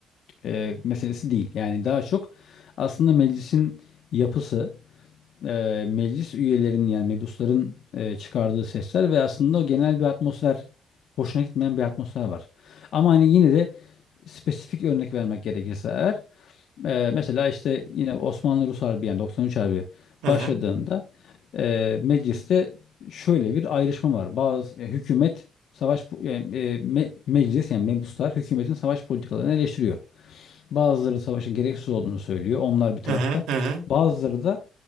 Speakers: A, on the left; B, on the right.
A: eee, meselesi değil. Yani daha çok aslında meclisin yapısı, eee, meclis üyelerinin yani mebusların eee, çıkardığı sesler ve aslında o genel bir atmosfer, hoşuna gitmeyen bir atmosfer var. Ama hani yine de spesifik örnek vermek gerekirse eğer ee, mesela işte yine Osmanlı-Rus Harbi yani 93 Harbi
B: Hı
A: başladığında
B: hı.
A: e, mecliste şöyle bir ayrışma var. Bazı e, hükümet savaş po- yani, e, me- meclis yani mebuslar hükümetin savaş politikalarını eleştiriyor. Bazıları savaşın gereksiz olduğunu söylüyor. Onlar bir tarafta.
B: Hı hı. Hı hı.
A: Bazıları da